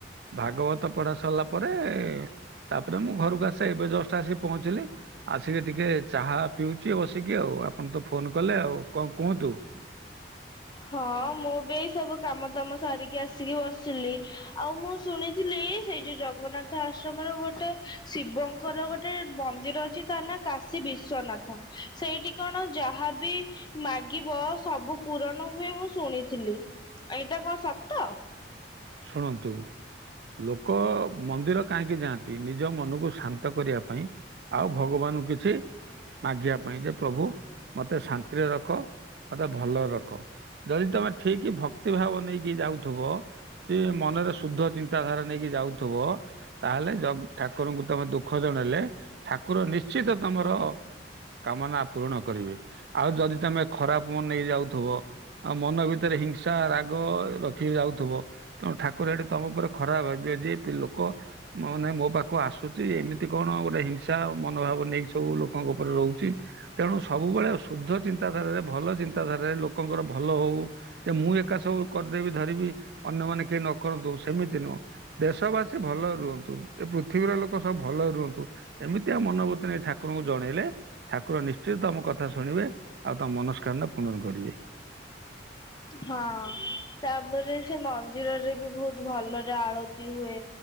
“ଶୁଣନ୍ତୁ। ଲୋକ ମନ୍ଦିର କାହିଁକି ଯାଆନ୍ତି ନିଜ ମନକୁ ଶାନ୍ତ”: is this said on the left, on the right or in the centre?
Right